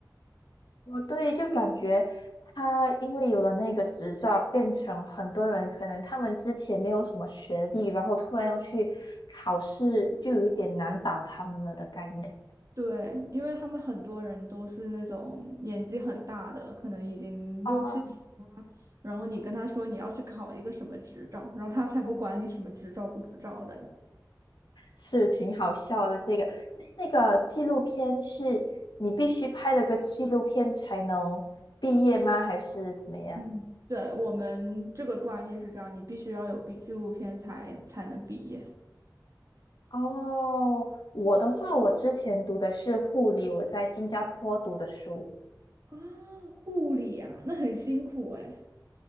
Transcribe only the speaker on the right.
对，因为他们很多人都是那种年纪很大的，可能已经六七十了啊，
然后你跟他说你要去考一个什么执照，然后他才不管你什么执照不执照的嘞。
嗯，对，我们这个专业是这样，你必须要有毕纪录片才才能毕业。
啊，护理啊，那很辛苦哎。